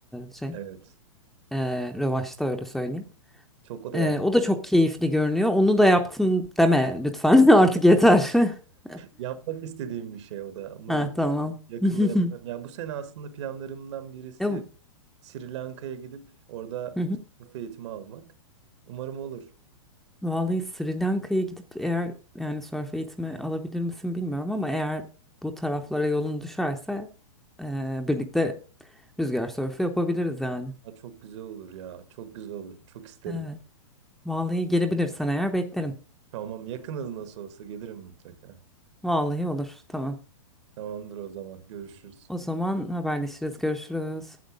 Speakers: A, in the centre; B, on the right.
A: şey
B: Evet.
A: e, revaçta öyle söyleyeyim.
B: Çok o da
A: E,
B: yap
A: o da çok keyifli görünüyor. Onu da yaptım deme lütfen. <laughs> Artık yeter. <laughs>
B: yapmak istediğim bir şey o da. Umarım
A: Ha tamam.
B: yakında
A: <laughs>
B: yaparım. Yani bu sene aslında planlarımdan birisi
A: Ya, Hı
B: Sri Lanka'ya gidip orada
A: hı.
B: surf eğitimi almak. Umarım olur.
A: Vallahi Sri Lanka'ya gidip eğer yani sörf eğitimi alabilir misin bilmiyorum ama eğer bu taraflara yolun düşerse eee, birlikte rüzgar sörfü yapabiliriz yani.
B: Ya çok güzel olur ya. Çok güzel olur. Çok isterim.
A: Evet. Vallahi gelebilirsen eğer beklerim.
B: Tamam, yakınız nasıl olsa gelirim mutlaka.
A: Vallahi olur. Tamam.
B: Tamamdır o zaman. Görüşürüz.
A: O zaman haberleşiriz. Görüşürüz.